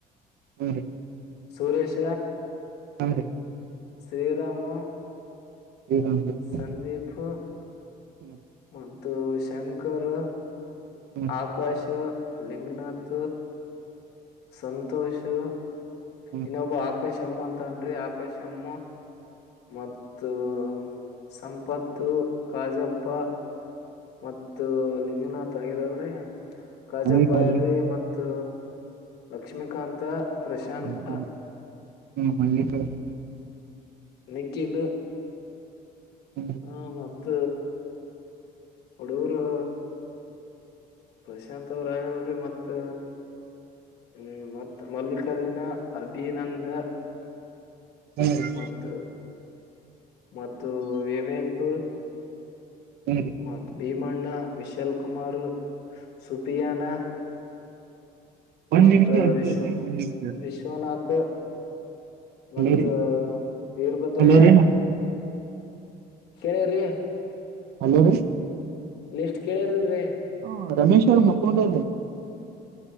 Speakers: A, on the right (about 70°); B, on the left (about 75°).
A: ಹ್ಮ್ ಹ್ಮ್
B: ಸುರೇಶ
A: ತಂನ್ರೀ
B: ಶ್ರೀರಾಮು
A: ಹ್ಮ್ ಹ್ಮ್ ಹ್ಮ
B: ಸಂದೀಪು
A: ಹ್ಮ
B: ಮತ್ತು ಶಂಕರ್
A: ಹ್ಮ್
B: ಆಕಾಶ್ ಲಿಂಗನಾಥ ಸಂತೋಷು
A: ಹ್ಮ್
B: ಇನ್ನೊಬ್ಬ
A: ಹ್ಮ್
B: ಆಕಾಶ್ ಎಮ್ ಅಂತ ಅನ್ರಿ ಆಕಾಶ್ ಎಮ್ ಮತ್ತು ಸಂಪತ್ತು ಕಾಜಪ್ಪ ಮತ್ತು ಲಿಂಗನಾಥಗಿರಲ್ರರಿ ಕಾಜಾಪ್ಪಾಯ
A: ಮಲ್ಲಿಕಾರ್ಜುನ್
B: ಅದರಿ ಮತ್ತು ಲಕ್ಷ್ಮೀಕಾಂತ ಪ್ರಶಾಂತ
A: ಹ್ಮ್ ಮಲ್ ಹ್ಮ್ ಮಲ್ಲಿಕಾರ್ಜುನ್
B: ನಿಖಿಲು
A: ಹ್ಮ್
B: ಹಾ ಮತ್ ಹುಡುಗುರು ಪ್ರಶಾಂತ್ ಅವ್ರಲ್ರಿ ಮತ್ ಹ್ಮ್ ಮತ್ತ್ ಮಲ್ಲಿಕ್ ಕಾರ್ಜುನ ಅಭಿನಂದ
A: ಹ್ಮ್
B: ಮತ್ತು ಮತ್ತು ವಿವೇಕ್
A: ಹಾ ರೀ
B: ಮತ್ ಭೀಮಣ್ಣ ವಿಶಾಲ್ ಕುಮಾರ್ ಸುಪಿಯಾನ
A: ಒಂದ್
B: ಮತ್
A: ನಿಮಿಷ ಅಷ್ಟೇ
B: ವಿಶ್ವ
A: ರೀ ಒಂದ್ ನಿಮಿಷ ರೀ
B: ವಿಶ್ವನಾಥ
A: ಹಲೋ
B: ಮತ್
A: ರೀ
B: ವೀರಭದ್ರಯ್ಯ
A: ಹಲೋ ರೀ
B: ಕೇಳೇರಿ
A: ಹಲೋ
B: ಲಿಸ್ಟ್ ಕೇಳಿರಲ್ರರಿ
A: ಹ ರಮೇಶ್ ಅವ್ರು ಮಕೊಂಡವ್ರಿ